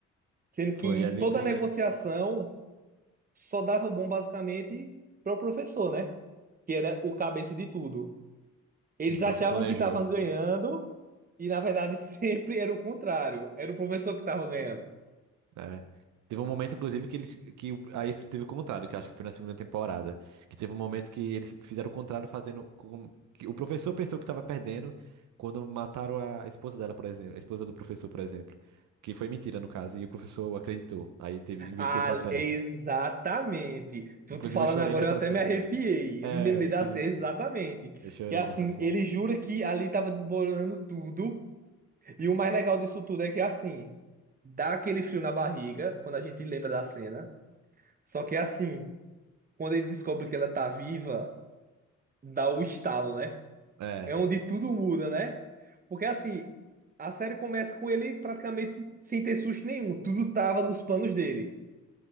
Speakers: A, on the right (about 30°); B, on the right (about 75°).
A: Sendo
B: Foi
A: que em
B: ali,
A: toda
B: foi.
A: negociação só dava bom basicamente para o professor, né? Que era o cabeça de tudo. Eles
B: Sim, foi
A: achavam
B: o que planejou.
A: que estavam ganhando e na verdade <laughs> sempre era o contrário. Era o professor que estava ganhando.
B: né? Teve um momento, inclusive, que eles. Que, o- aí teve o contrário, que eu acho que foi na segunda temporada. Que teve um momento que eles fizeram o contrário, fazendo. Com, que o professor pensou que estava perdendo quando mataram a esposa dela, por exemplo. A esposa do professor, por exemplo. Que foi mentira, no caso. E o professor acreditou. Aí teve, inverteu
A: Ah,
B: o papel.
A: exatamente. Tu
B: Inclusive,
A: tu falando
B: eu chorei
A: agora
B: nessa
A: eu até
B: cena.
A: me arrepiei.
B: É,
A: Eu me lembrei da
B: inclusive,
A: cena exatamente.
B: eu chorei
A: Que assim,
B: nessa cena.
A: ele jura que ali estava desmoronando tudo. E o mais legal disso tudo é que assim, dá aquele frio na barriga quando a gente lembra da cena. Só que assim, quando ele descobre que ela tá viva, dá o estalo, né?
B: É.
A: É onde tudo muda, né? Porque assim, a série começa com ele praticamente sem ter susto nenhum, tudo tava nos planos dele.